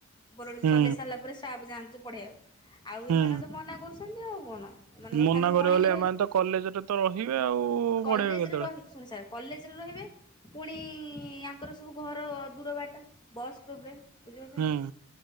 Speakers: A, on the left; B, on the right.
A: ଉପର ଓଳି
B: ହୁଁ
A: କଲେଜ ସାରିଲା ସ୍ଟାପ ଯାଆନ୍ତି ସବୁ ପଢେଇଆକୁ ଆଉ
B: ହୁଁ
A: ଏମାନେ ତ ମନା କରୁଛନ୍ତି ଆଉ କଣ। ଏମାନଙ୍କର
B: ମନା
A: ଖାଲି ମର୍ଣ୍ଣିଂ
B: କରିବ ଗଲେ।
A: ରହୁଛି।
B: ଏମାନେ ତ କଲେଜରେ ତ ରହିବେ ଆଉ
A: କଲେଜରେ
B: ପଢେଇବେ କେତେବେଳେ?
A: ରହି ଶୁଣି ସାର୍ କଲେଜରେ ରହିବେ। ପୁଣି ଆଙ୍କର ସବୁ ଘର ଦୂର ବାଟ ବସ୍ ପ୍ରୋବ୍ଲେମ। ବୁଝିପାରୁଛ
B: ହୁଁ
A: ନାଇ